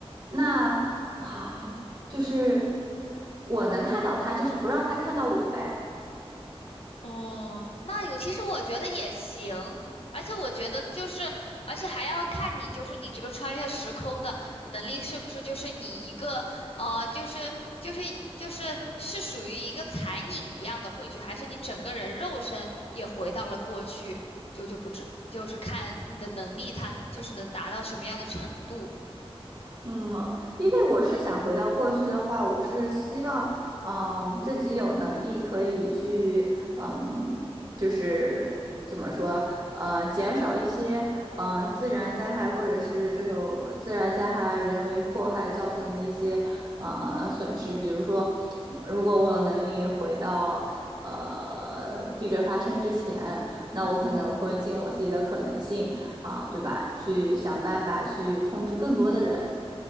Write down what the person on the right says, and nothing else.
那啊，就是我能看到他，就是不让他看到我呗。
嗯，因为我是想回到过去的话，我是希望，嗯，自己有能力可以去，嗯，就是怎么说，呃，减少一些，呃，自然灾害或者是这种自然灾害、人为祸害造成的一些，呃，损失。比如说，如果我有能力回到，呃，地震发生之前，那我可能会尽我自己的可能性。啊，对吧？去想办法去通知更多的人，